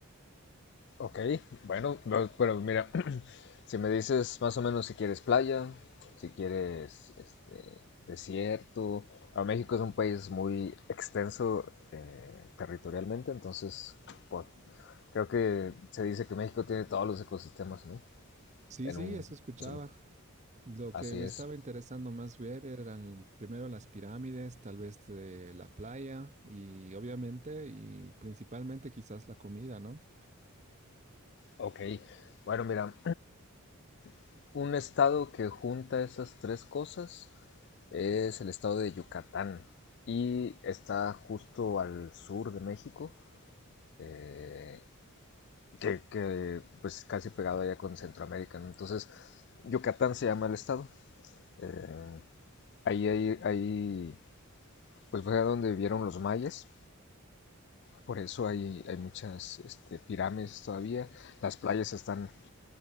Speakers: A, on the left; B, on the right.
A: Ok, bueno, no, pero mira, <clears throat> si me dices más o menos si quieres playa, si quieres este, desierto. A México es un país muy extenso eh, territorialmente, entonces po- creo que se dice que México tiene todos los ecosistemas, ¿no?
B: Sí,
A: En
B: sí,
A: un
B: eso escuchaba.
A: solo.
B: Lo que
A: Así
B: me
A: es.
B: estaba interesando más ver eran primero las pirámides, tal vez de la playa y obviamente y principalmente quizás la comida, ¿no?
A: Ok. Bueno, mira, <clears throat> un estado que junta esas tres cosas es el estado de Yucatán y está justo al sur de México, eh, que, que, pues casi pegado allá con Centroamérica. ¿no? Entonces, Yucatán se llama el estado. Eh, ahí, ahí, ahí, pues fue donde vivieron los mayas, por eso hay, hay muchas este, pirámides todavía, las playas están